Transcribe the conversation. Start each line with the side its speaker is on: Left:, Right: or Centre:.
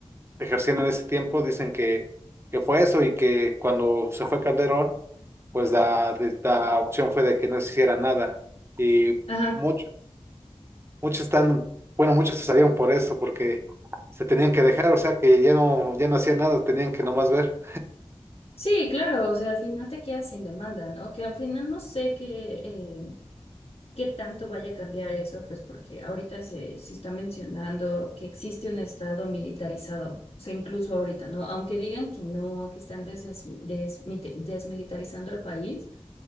Right: ejerciendo en ese tiempo dicen que, que fue eso y que cuando se fue Calderón, pues la, la opción fue de que no se hiciera nada. Y
Left: Ajá.
Right: muchos, muchos están, bueno, muchos se salieron por eso, porque se tenían que dejar, o sea que ya no, ya no hacían nada, tenían que nomás ver.
Left: Sí, claro, o sea, al final te quedas sin demanda, ¿no? Que al final no sé qué, eh, qué tanto vaya a cambiar eso, pues porque ahorita se, se está mencionando que existe un estado militarizado, o sea, incluso ahorita, ¿no? Aunque digan que no, que están des- des- desmite- desmilitarizando al país,